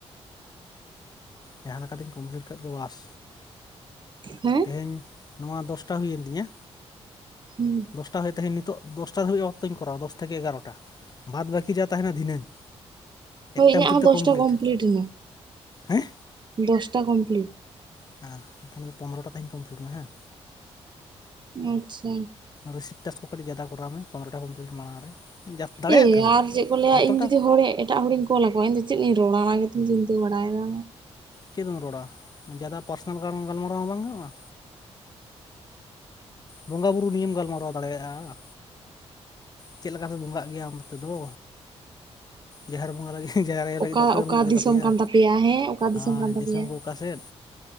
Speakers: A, on the left; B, on the right.
A: ᱡᱟᱦᱟᱸ ᱞᱮᱠᱟᱛᱤᱧ ᱠᱚᱢᱯᱞᱤᱴ ᱠᱟᱫ ᱜᱮ ᱵᱟᱥ,
B: ᱦᱩᱸ?
A: ᱛᱮᱦᱮᱧ ᱱᱚᱣᱟ ᱫᱚᱥᱴᱟ ᱦᱩᱭᱮᱱ ᱛᱤᱧᱟᱹ,
B: ᱦᱩᱸ᱾
A: ᱫᱚᱥᱴᱟ ᱦᱩᱭᱩᱜ ᱛᱮᱦᱮᱧ ᱱᱤᱛᱚᱜ ᱫᱚᱥᱴᱟ ᱫᱷᱟᱹᱵᱤᱡ ᱚᱠᱛᱚᱧ ᱠᱚᱨᱟᱣᱟ ᱫᱚᱥ ᱛᱷᱮᱠᱮ ᱮᱜᱟᱨᱚᱴᱟ, ᱵᱟᱫ ᱵᱟᱠᱤ ᱡᱟ ᱛᱟᱦᱮᱸᱱᱟ ᱫᱷᱤᱱᱟᱹᱝ᱾
B: ᱦᱳᱭ
A: ᱮᱠᱴᱟ
B: ᱤᱧᱟᱹᱜ
A: ᱵᱷᱤᱛᱤᱨ
B: ᱦᱚᱸ
A: ᱛᱮ
B: ᱫᱚᱥᱴᱟ
A: ᱠᱚᱢᱯᱞᱤᱴ᱾
B: ᱮᱱᱟ
A: ᱦᱮᱸ!
B: ᱫᱚᱥᱴᱟ ᱠᱚᱢᱯᱞᱤᱴ,
A: ᱦᱮᱸ, ᱛᱟᱦᱚᱞᱮ ᱯᱚᱱᱨᱚᱴᱟ ᱛᱮᱦᱮᱧ ᱠᱚᱢᱯᱞᱤᱴ ᱢᱟ ᱦᱮᱸ᱾
B: ᱟᱪᱪᱷᱟ᱾
A: ᱨᱤᱥᱤᱯ ᱴᱟᱠᱥ ᱠᱚ ᱠᱟᱹᱴᱤᱡ ᱡᱟᱫᱟ ᱠᱚᱨᱟᱣ ᱢᱮ ᱯᱚᱱᱨᱚᱴᱟ ᱠᱚᱢᱯᱞᱤᱴ ᱢᱟᱲᱟᱝ ᱨᱮ᱾ ᱫᱟᱲᱮᱭᱟᱜ
B: ᱮᱻ,
A: ᱠᱷᱟᱱᱮᱢ
B: ᱟᱨ ᱪᱮᱫ ᱠᱚ ᱞᱟᱹᱭᱟ
A: ᱡᱚᱛᱚᱴᱟ
B: ᱤᱧ ᱡᱩᱫᱤ ᱦᱚᱲ ᱮᱴᱟᱜ ᱦᱚᱲᱤᱧ ᱠᱚᱞᱟ ᱟᱠᱚᱣᱟ, ᱤᱧ ᱪᱮᱫ ᱞᱤᱭᱮᱧ ᱨᱚᱲᱟ ᱚᱱᱟ ᱜᱮᱛᱚᱧ ᱪᱤᱱᱛᱟᱹ ᱵᱟᱲᱟᱭᱮᱫᱟ,
A: ᱪᱮᱫ ᱮᱢ ᱨᱚᱲᱟ, ᱡᱟᱫᱟ ᱯᱟᱨᱥᱚᱱᱟᱞ ᱜᱟᱞ ᱜᱟᱞᱢᱟᱨᱟᱣ ᱦᱚᱸ ᱵᱟᱝ ᱜᱟᱱᱚᱜᱼᱟ, ᱵᱚᱸᱜᱟ ᱵᱩᱨᱩ ᱱᱤᱭᱮᱢ ᱜᱟᱞᱢᱟᱨᱟᱣ ᱫᱟᱲᱮᱭᱟᱜᱼᱟ᱾ ᱪᱮᱫ ᱞᱮᱠᱟᱯᱮ ᱵᱚᱸᱜᱟᱜ ᱜᱮᱭᱟ ᱚᱱᱛᱮ ᱫᱚ? ᱡᱟᱦᱮᱨ ᱵᱚᱸᱜᱟ ᱞᱟᱹᱜᱤᱫ ᱡᱟᱦᱮᱨ ᱟᱭᱚ ᱞᱟᱹᱜᱤᱫ
B: ᱚᱠᱟ
A: ᱫᱚ ᱚᱠᱚᱭ
B: ᱚᱠᱟ
A: ᱨᱩᱢᱩᱜ ᱜᱮ
B: ᱫᱤᱥᱚᱢ
A: ᱛᱟᱯᱮᱭᱟ?
B: ᱠᱟᱱ ᱦᱮᱸ ᱚᱠᱟ
A: ᱟᱻ
B: ᱠᱟᱱ ᱛᱟᱯᱮᱭᱟ
A: ᱫᱤᱥᱚᱢ ᱠᱚ ᱚᱠᱟ ᱥᱮᱫ?